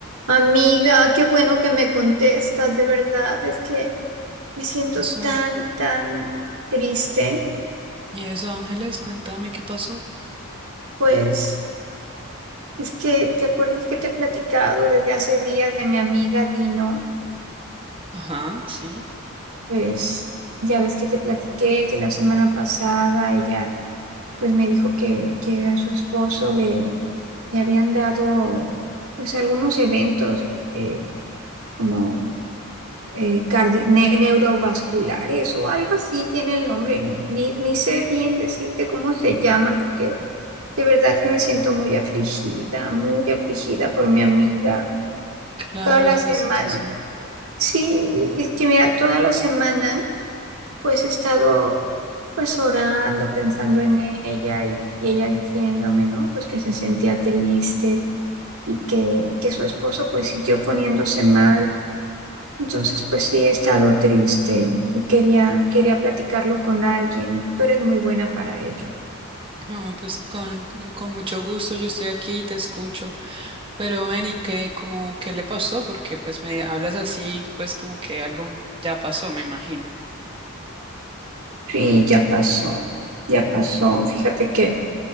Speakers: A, on the right; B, on the right.
A: Amiga, qué bueno que me contestas, de verdad, es que me siento
B: Eso.
A: tan, tan triste,
B: Y eso, Ángeles, cuéntame qué pasó.
A: pues es que te acuerdas que te he platicado desde hace días de mi amiga Dino,
B: Ajá, sí.
A: pues ya ves que te platiqué que la semana pasada ella pues me dijo que, que a su esposo le, le habían dado pues algunos eventos eh, como eh, cardi- ne- neurovasculares o algo así tiene el nombre, ni, ni, ni sé bien decirte cómo se llaman, porque de verdad que me siento muy afligida, muy afligida por mi amiga eh,
B: Claro,
A: toda la
B: es una
A: semana.
B: situación.
A: Sí, es que mira, toda la semana pues he estado pues orando, pensando en ella y, y ella diciéndome, ¿no? Pues que se sentía triste y que, y que su esposo pues siguió poniéndose mal entonces, pues sí, he estado triste y y quería, quería platicarlo con alguien. Tú eres muy buena para ello.
B: No, pues con, con mucho gusto yo estoy aquí y te escucho. Pero ven, ¿y qué, como, qué le pasó? Porque pues me hablas así, pues como que algo ya pasó, me imagino.
A: Sí, ya pasó, ya pasó. Fíjate que,